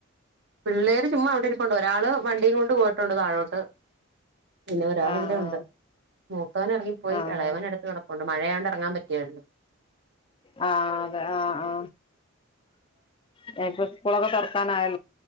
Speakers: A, on the right; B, on the left.
A: പിള്ളേര് ചുമ്മാ അവിടെ ഇരിപ്പുണ്ട് ഒരാള് വണ്ടീം കൊണ്ട് പോയിട്ടുണ്ട് താഴോട്ട് പിന്നെ ഒരാൾ
B: ആഹ്
A: ഇവിടെ ഇണ്ട് മൂത്തവൻ എറങ്ങിപ്പോയി
B: ആഹ്
A: എളയവൻ
B: ആഹ്
A: അടുത്ത് കിടപ്പുണ്ട് മഴയാണ്ട് എറങ്ങാൻ പറ്റിയല്ലാ
B: ആ അതെ ആ ആ ഇനിപ്പൊ സ്കൂളൊക്കെ തുറക്കാന് ആയി